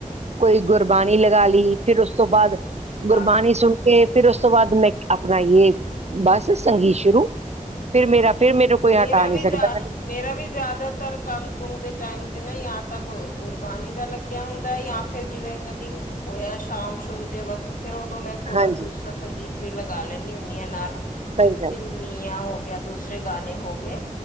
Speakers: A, on the right; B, on the left.
A: ਕੋਈ ਗੁਰਬਾਣੀ ਲਗਾ ਲੀ ਫਿਰ ਉਸ ਤੋਂ ਬਾਅਦ
B: ਹਾਂ
A: ਗੁਰਬਾਣੀ ਸੁਣ ਕੇ ਫਿਰ ਉਸ ਉਸ ਤੋਂ ਬਾਅਦ ਮੈਂ ਆਪਣਾ ਯੇ ਬਸ ਸੰਗੀਤ ਸ਼ੁਰੂ। ਫਿਰ ਮੇਰਾ ਫਿਰ ਮੈਨੂੰ ਕੋਈ
B: ਮੇਰਾ
A: ਹਟਾ ਨਹੀਂ
B: ਵੀ
A: ਸਕਦਾ
B: ਜਾ
A: ਮੈ
B: ਮੇਰਾ ਵੀ ਜ਼ਿਆਦਾਤਰ ਕੰਮ ਕੁਮ ਦੇ ਟਾਈਮ ਤੇ ਯਾ ਤਾਂ ਗੁਰਬਾਣੀ ਦਾ ਲੱਗਿਆ ਹੁੰਦਾ ਯਾ ਫੇਰ ਜਿਵੇਂ ਕਦੀ ਹੋਇਆ ਸ਼ਾਮ ਸ਼ੂਮ ਦੇ ਵਕਤ ਫੇਰ ਉਦੋਂ ਮੈਂ ਥੋੜਾ
A: ਹਾਂਜੀ
B: ਦੂਸਰਾ ਸੰਗੀਤ ਵੀ ਲਗਾ ਲੈਂਦੀ ਹੁੰਨੀ ਆ ਨਾਲ।
A: ਸਹੀ ਗੱਲ
B: ਮੀਆਂ ਹੋ ਗਿਆ ਦੂਸਰੇ ਗਾਣੇ ਹੋ ਗਏ